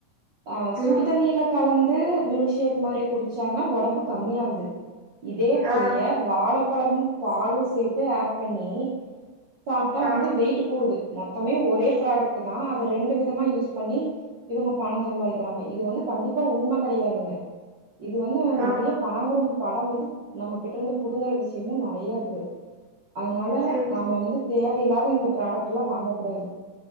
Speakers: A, on the right; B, on the right.
A: அஹ் சுடுதண்ணீல
B: ம்
A: கலந்து மில்க் ஷேக் மாதிரி குடிச்சாங்க உடம்பு கம்மிய ஆகுுது இதே பொடிய
B: ஆ
A: வாழைப்பழமும் பாலும் சேர்த்து ஆட் பண்ணி சாப்பிட்டா
B: ஆ
A: வந்து வெயிட் கூடுது மொத்தமே ஒரு அதே ப்ரோட்டக்ட் தான் அதை ரெண்டு விதமா யூஸ் பண்ணி இவங்க பணம் சம்பாதிக்கிறாங்க இது வந்து கண்டிப்பா உண்மை கிடையாதுங்க இது வந்து
B: ஆ
A: நிறைய பணம்கூடும் படம் வந்து நம்ம கிட்ட இருந்து புிடுங்கற விஷயமும் நிறைய இருக்கு அதனால
B: சேரி
A: நாம வந்து தேவையில்லாத இந்த ப்ரோட்டக்ட் எல்லாம் வாங்கக் கூடாது